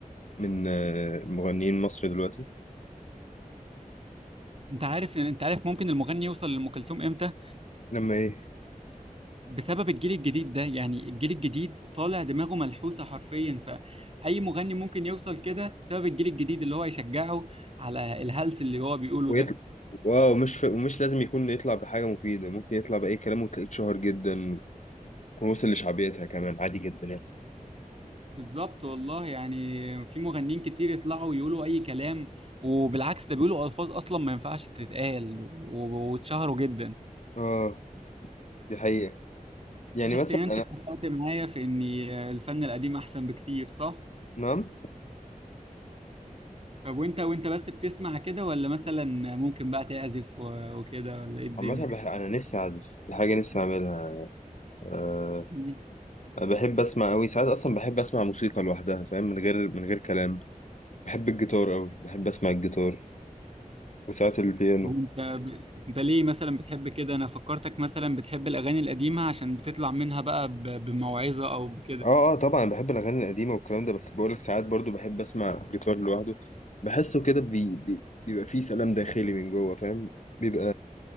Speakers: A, on the left (about 55°); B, on the right (about 45°).
A: من آه، مغنيين مصر دلوقتي
B: انت عارف يعني، انت عارف ممكن المغني يوصل لأم كلثوم امتى
A: لما ايه
B: بسبب الجيل الجديد ده يعني الجيل الجديد طالع دماغه ملحوسة حرفيا فأي مغني ممكن يوصل كده بسبب الجيل الجديد اللي هو يشجعه على الهلس اللي هو بيقوله
A: ويطلع
B: ده
A: واو مش ف... ومش لازم يكون يطلع بحاجه مفيده ممكن يطلع باي كلام وتلاقيه اتشهر جدا ووصل لشعبيتها كمان عادي جدا يعني
B: بالظبط والله يعني في مغنيين كتير يطلعوا يقولوا أي كلام وبالعكس ده بيقولوا ألفاظ أصلا ما ينفعش تتقال و- واتشهروا جدا
A: اه دي حقيقه يعني
B: بس
A: مثلا
B: يعني انت
A: انا
B: اتفقت معايا في ان الفن القديم احسن بكتير صح؟
A: نعم
B: طب وانت وانت بس بتسمع كده ولا مثلا ممكن بقى تعزف و- وكده ولا ايه الدنيا
A: عامة بح- أنا نفسي أعزف دي حاجة نفسي أعملها آه،
B: مم.
A: أنا بحب اسمع قوي ساعات اصلا بحب اسمع موسيقى لوحدها فاهم من غير من غير كلام بحب الجيتار قوي بحب اسمع الجيتار وساعات البيانو
B: طب وانت ب... انت ليه مثلا بتحب كده انا فكرتك مثلا بتحب الاغاني القديمة عشان بتطلع منها بقى ب... بموعظة او بكده
A: اه اه طبعا بحب الاغاني القديمه والكلام ده بس بقولك ساعات برضو بحب اسمع الجيتار لوحده بحسه كده بي بي بيبقى فيه سلام داخلي من جوه فاهم بيبقى